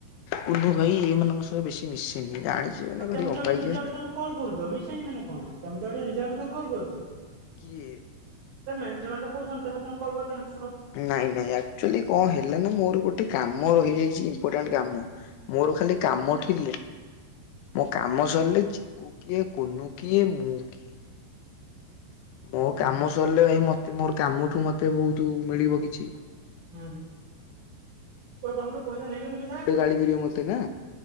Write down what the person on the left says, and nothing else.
କୁଲୁ ଭାଇ ଏଇମାନଙ୍କ ବେଶୀ ମିଶେନି ଜାଣିଛି ଏମାନେ
ଭାରି
ଅବାଗିଆ।
କିଏ
ନାଇଁ ନାଇଁ ଏକ୍ଟୁଆଲି କଣ ହେଲେ ନା ମୋର ଗୋଟେ କାମ ରହିଯାଇଛି ଇମ୍ପୋର୍ଟାଣ୍ଟ କାମ। ମୋର ଖାଲି କାମ ଟି ମୋ କାମ ସରିଲେ ଚିକୁ କିଏ କୁନୁ କିଏ ମୁଁ କିଏ? ମୋ
କାମ
ସରିଲେ ଭାଇ ମତେ ମୋର କାମଠୁ ମତେ ବହୁତ ମିଳିବ କିଛି।
ଗୋଟେ ଗାଳି କରିବ ମତେ ନା